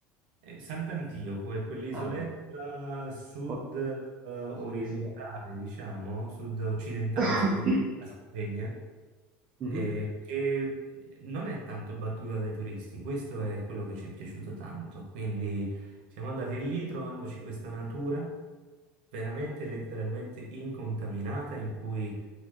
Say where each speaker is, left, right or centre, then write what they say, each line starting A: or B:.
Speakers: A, on the right; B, on the right.
A: Eh, Sant'Antioco è quell'isoletta
B: Ah,
A: sud
B: co-
A: eh, orientale,
B: sì, sì. va.
A: diciamo, sud occidentale,
B: <coughs>
A: scusa, della Sardegna
B: Mhm.
A: eh, che eh, non è tanto battuta dai turisti, questo è quello che ci è piaciuto tanto. Quindi siamo andati lì trovandoci questa natura veramente letteralmente incontaminata in cui